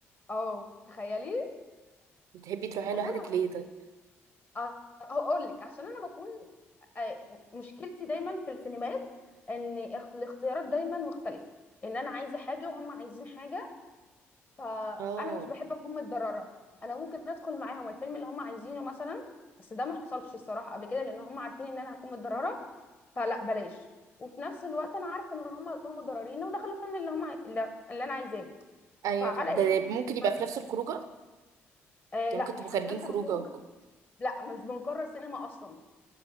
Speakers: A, on the left (about 30°); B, on the right (about 70°).
A: اه تخيلي
B: بتحبي تروحي
A: <laughs>
B: لوحدك
A: حسنا
B: ليه ده
A: أ- هقول لك عشان انا بكون آه، مشكلتي دايما في السينمات ان اخ- الاختيارات دايما مختلفه ان انا عايزه حاجه وهم عايزين حاجه فانا
B: اه
A: مش بحب اكون متضرره انا ممكن ادخل معاهم الفيلم اللي هم عايزينه مثلا بس ده ما حصلش الصراحه قبل كده لان هم عارفين ان انا هكون متضرره فلا بلاش وفي نفس الوقت انا عارفه ان هم هيكونوا متضررين لو دخلوا الفيلم اللي هم عاي- اللي اللي انا عايزاه
B: ايوه
A: فعلى
B: فا- ده
A: ايه
B: ممكن يبقى
A: بس
B: في نفس الخروجه يعني
A: آه
B: ممكن
A: لا احنا
B: تبقوا خارجين
A: في نفس
B: خروجه
A: الخروج
B: وك-
A: لا مش بنكرر سينما اصلا